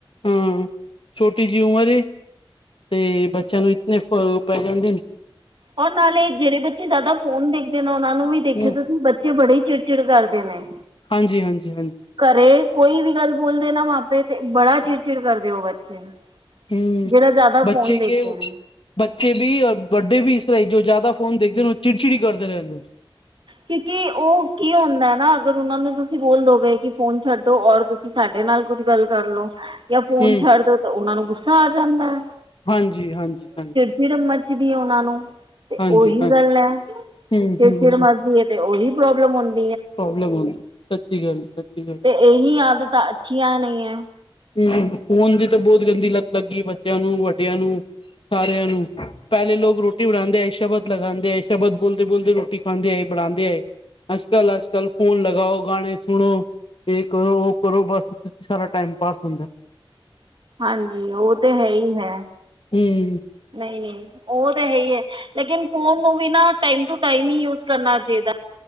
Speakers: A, on the left (about 65°); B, on the right (about 60°).
A: ਹੂੰ ਛੋਟੀ ਜਿਹੀ ਉਮਰ ਏ ਤੇ ਬੱਚਿਆਂ ਨੂੰ ਇਤੇ ਫ ਪੈ ਜਾਂਦੇ ਨੇ।
B: ਔਰ ਨਾਲੇ ਜਿਹੜੇ ਬੱਚੇ ਜ਼ਿਆਦਾ ਫੋਨ ਦੇਖਦੇ ਨੇ ਉਹਨਾਂ ਨੂੰ ਵੀ ਦੇਖਿਓ
A: ਹੂੰ
B: ਤੁਸੀਂ ਬ- ਬੱਚੇ ਬੜੇ ਚਿੜ- ਚਿੜ ਕਰਦੇ ਨੇ।
A: ਹਾਂਜੀ- ਹਾਂਜੀ, ਹਾਂਜੀ।
B: ਘਰੇ ਕੋਈ ਵੀ ਗੱਲ ਬੋਲਦੇ ਨਾ ਮਾਪੇ ਤੇ ਬੜਾ ਚਿੜ- ਚਿੜ ਕਰਦੇ ਉਹ ਬੱਚੇ ਨਾ।
A: ਹੂੰ
B: ਜਿਹੜਾ ਜ਼ਿਆਦਾ
A: ਬੱਚੇ
B: ਫੋਨ ਦੇਖ
A: ਕੇ
B: ਦੇ ਨੇ।
A: ਬੱਚੇ ਵੀ ਔਰ ਵੱਡੇ ਵੀ ਇਸ ਤਰਾਂ ਹੀ ਜੋ ਜ਼ਿਆਦਾ ਫੋਨ ਦੇਖਦੇ ਉਹ ਚਿੜ-ਚਿੜੀ ਈ ਕਰਦੇ ਰਹਦੇ।
B: ਕਿਉਂਕਿ ਉਹ ਕੀ ਹੁੰਦਾ ਨਾ ਅਗਰ ਉਹਨਾਂ ਨੂੰ ਤੁਸੀਂ ਬੋਲ ਦੋਗੇ ਕਿ ਫੋਨ ਛੱਡੋ ਔਰ ਤੁਸੀਂ। ਸਾਡੇ ਨਾਲ ਕੁੱਝ ਗੱਲ ਕਰਲੋ ਜਾਂ ਫੋਨ
A: ਹੂੰ
B: ਛੱਡ ਦੋ ਤਾਂ ਉਹਨਾਂ ਨੂੰ ਗੁੱਸਾ ਆ ਜਾਂਦਾ ਹੈ।
A: ਹਾਂਜੀ- ਹਾਂਜੀ ਹਾਂਜੀ-
B: ਫਿਰ ਮੱਚਦੀ ਹੈ ਉਹਨਾਂ ਨੂੰ, ਤੇ
A: ਹਾਂਜੀ
B: ਉਹੀ
A: ਹਾਂਜੀ
B: ਗੱਲ ਹੈ,
A: ਹੂੰ
B: ਤੇ
A: ਹੂੰ
B: ਫਿਰ ਮ ਏ ਤੇ, ਉਹੀ ਪ੍ਰੋਬਲਮ ਹੋਣੀ
A: ਪ੍ਰੋਬਲਮ ਹੁੰਦੀ, ਸੱਚੀ ਗੱਲ -ਸੱਚੀ
B: ਅਤੇ
A: ਗੱਲ
B: ਇਹੀ ਆਦਤਾ ਅੱਛੀੀਆਂ ਨਈ ਐ
A: ਜੀ ਫੋਨ ਦੀ ਤਾਂ ਬਹੁਤ ਗੰਦੀ ਲੱਤ ਲੱਗੀ, ਬੱਚਿਆਂ ਨੂੰ ਵੱ, ਡਿਆਂ ਨੂੰ, ਸਾਰਿਆਂ ਨੂੰ ਪਹਿਲੇ ਲੋਕ ਰੋਟੀ ਬਣਾਦੇ ਏ ਸ਼ਬਦ ਲਗਾਦੇ ਏ ਸ਼ਬਦ ਬੋਲਦੇ- ਬੋਲਦੇ ਰੋਟੀ ਪਾਦੇ ਏ ਬਣਾਉਂਦੇ ਹੈਏ ਅੱਜ -ਕੱਲ ਅੱਜ -ਕੱਲ ਫੋਨ ਲਗਾਓ ਗਾਣੇ ਸੁਣੋ ਇਹ ਕਰੋ, ਉਹ ਕਰੋ, ਬਸ ਸਾਰਾ ਟਾਈਮ ਪਾਸ ਹੁੰਦਾ
B: ਹਾਂਜੀ, ਉਹ ਤੇ ਹੈ ਹੀ ਹੈ
A: ਹੇ ਈ
B: ਨਹੀ- ਨਈ ਉਹ ਤਾਂ ਹੈ ਈ ਹੈ, ਲੇਕਿਨ ਫੋਨ ਨੂੰ ਵੀ ਨਾ ਟਾਈਮ, ਟੂ ਟਾਈਮ ਈ ਯੂਜ ਕਰਨਾ ਚਾਹੀਦਾ